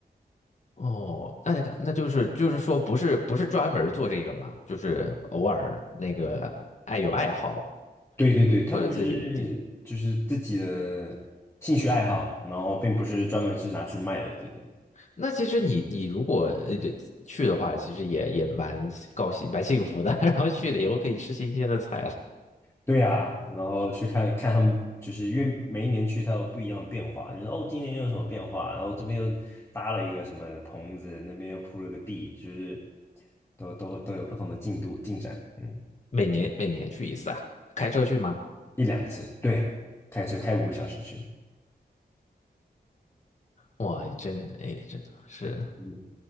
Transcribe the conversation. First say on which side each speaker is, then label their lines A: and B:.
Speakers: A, on the left; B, on the left.
A: 哦，那那个，那就是就是说，不是不是专门做这个嘛，就是偶尔那个爱有爱好
B: 对对对，他们就是就是自己的兴趣爱好，
A: 或者自己有地。
B: 然后并不是专门是拿去卖的，对对
A: 那其实你你如果呃去的话，其实也也蛮高兴蛮幸福的。<laughs> 然后去了以后可以吃新鲜的菜了
B: 对呀、然后去看看他们，就是因为每一年去它有不一样的变化，就是哦，今年又有什么变化，然后这边又搭了一个什么棚子，那边又铺了个地，就是都都都有不同的进度进展，嗯，
A: 每年每年去一次啊？开车去吗？
B: 一两次，对，开车开五个小时去，
A: 哇，真哎真的是。
B: 嗯，